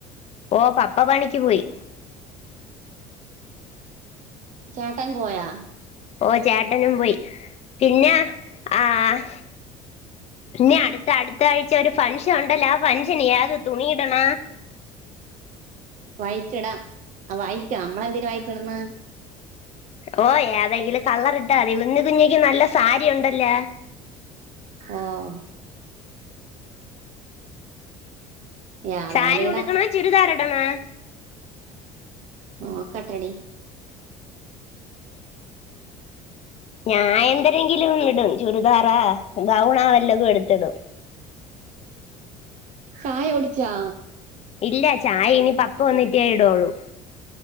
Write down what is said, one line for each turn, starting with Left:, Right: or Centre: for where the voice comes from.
Left: ഓ പപ്പ പണിക്ക് പോയി
Right: ചേട്ടാൻ പോയാ
Left: ഓ ചേട്ടനും പോയി പിന്നെ ആഹ് ഇനി അടുത്ത അടുത്ത ആഴ്ച ഒരു ഫംഗഷൻ ഉണ്ടല്ലോ ആ ഫംഗഷന് ഏത് തുണിയിടണ
Right: വൈറ്റ ഇടാം ആ വൈറ്റ നമ്മള എന്തിനാ വായിറ്റ് ഇടന്ന്
Left: ഓ ഏതെങ്കിലും കളർ ഇട്ടാമതി കുന്ന് കുഞ്ഞേക്ക് നല്ല സാരി ഉണ്ടല്ലേ
Right: ഓഹ് ഏതെങ്കിലും
Left: സാരി ഉടുക്കണേ
Right: ഇടാം
Left: ചുരിദാറിടണാ
Right: നോക്കട്ടെ എടി
Left: ഞാൻ എന്തരെങ്കിലും ഇടും ചുരിദാറേ ഗൗണാ വല്ലതും എടുത്തിടും
Right: ചായ കുടിച്ചോ
Left: ഇല്ല ചായ ഇനി പപ്പ വന്നിട്ടേ ഇടൊള്ളൂ